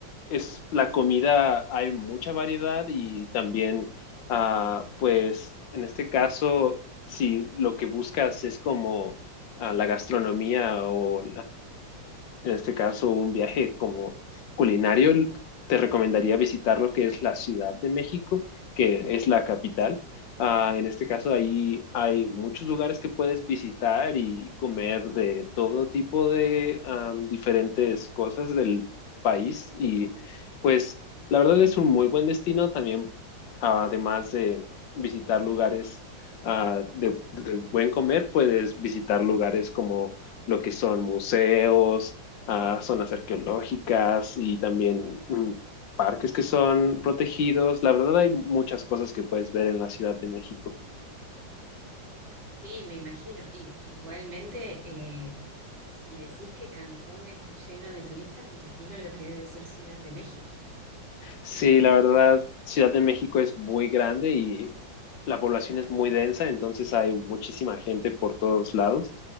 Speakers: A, on the left; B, on the right.
A: es la comida, hay mucha variedad y también, ah, pues, en este caso, si lo que buscas es como ah, la gastronomía o en este caso un viaje como culinario, te recomendaría visitar lo que es la Ciudad de México, que es la capital. Ah, en este caso, ahí hay muchos lugares que puedes visitar y comer de todo tipo de am, diferentes cosas del país. Y pues la verdad es un muy buen destino también, ah, además de visitar lugares ah, de, de buen comer, puedes visitar lugares como lo que son museos, a zonas arqueológicas y también mm, parques que son protegidos. La verdad hay muchas cosas que puedes ver en la Ciudad de México.
B: Sí, me imagino. Y, igualmente, eh, si decís que Cancún está lleno de turistas, me imagino lo que debe ser Ciudad de México.
A: Sí,
B: ¿O no?
A: la verdad, Ciudad de México es muy grande y la población
B: Claro,
A: es muy densa, entonces hay muchísima gente por todos lados.